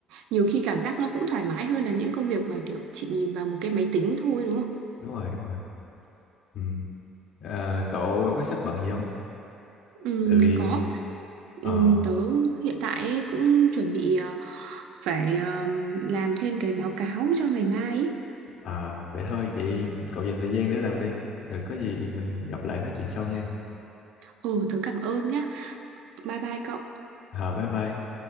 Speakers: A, on the right (about 75°); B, on the left (about 65°).
A: nhiều khi cảm giác nó cũng thoải mái hơn là những công việc mà kiểu chị nhìn vào một cái máy tính thôi đúng không
B: đúng rồi đúng rồi ừ. à, cậu có sắp bận gì không
A: ừ,
B: tại vì
A: có
B: ờ
A: Ừm, tớ hiện tại ấy cũng chuẩn bị ờ, phải ờm, làm thêm cái báo cáo cho ngày mai ấy.
B: À, vậy thôi, vậy cậu dành thời gian để làm đi. Rồi có gì mình gặp lại nói chuyện sau nha.
A: Ừ, tớ cảm ơn nhá. Bye bye cậu.
B: À, bye bye.